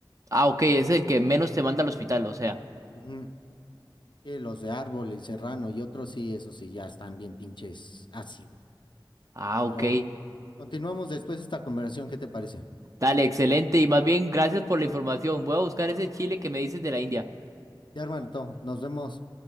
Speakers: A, on the right; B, on the left.
A: Ah, ok, es el que menos te
B: Mm.
A: manda al hospital, o sea.
B: Ujú. Sí, los de árbol, el serrano y otros, sí, esos sí ya están bien pinches ácidos.
A: Ah,
B: Pero
A: ok.
B: continuamos después esta conversación, ¿qué te parece?
A: Dale, excelente. Y más bien, gracias por la información. Voy a buscar ese chile que me dices de la India.
B: Ya, hermanito, nos vemos.